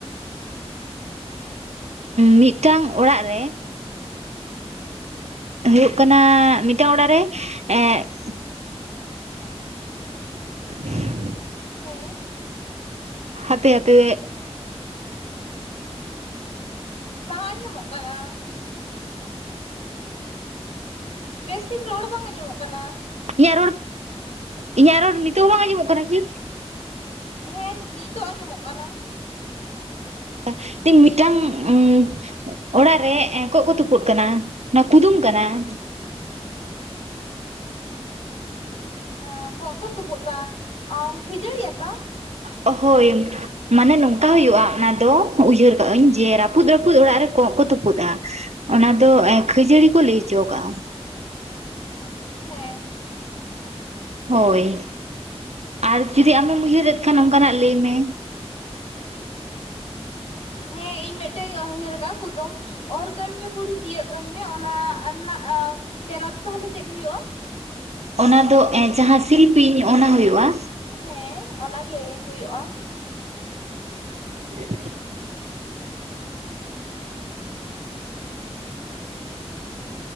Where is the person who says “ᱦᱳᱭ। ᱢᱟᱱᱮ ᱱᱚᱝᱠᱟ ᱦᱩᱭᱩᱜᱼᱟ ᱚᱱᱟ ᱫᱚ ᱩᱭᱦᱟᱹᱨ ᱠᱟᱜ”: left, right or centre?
Right